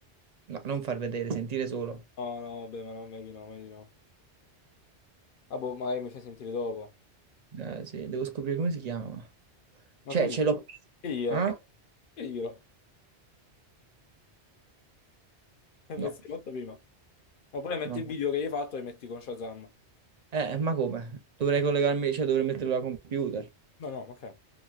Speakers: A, on the right; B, on the left.
A: No, non far vedere, sentire solo.
B: No, no, vabbè, ma non meglio di no, meglio di no. Ah, boh, magari mi fai sentire dopo.
A: Eh, sì, devo scoprire come si chiama.
B: Ma
A: Cioè,
B: che
A: ce l'ho...
B: che io?
A: Ah?
B: Che io? <laughs> Pensavo
A: No,
B: molto prima. Oppure metti
A: no.
B: il video che hai fatto e metti con Shazam.
A: Eh, eh, ma come? Dovrei collegarmi, cioè dovrei metterlo al computer.
B: No, no, ma che?